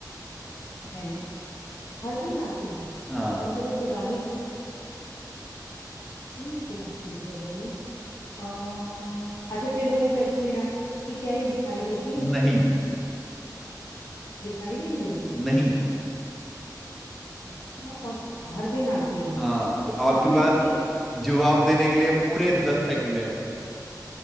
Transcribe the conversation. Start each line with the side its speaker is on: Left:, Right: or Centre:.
Left: है हर दिन आती है
Centre: हाँ
Left: और कभी पुरानी नहीं। ये क्या चीज है भाई अम्म, अच्छा फिर वही प्रश्न मेरा कि क्या ये दिखाई देती है
Centre: नहीं
Left: दिखाई भी नहीं देती
Centre: नहीं
Left: अच्छा और हर दिन आती है
Centre: हाँ तो
Left: सपने
Centre: आपके पास
Left: तो नहीं है
Centre: जवाब देने के लिए पूरे दस सेकंड है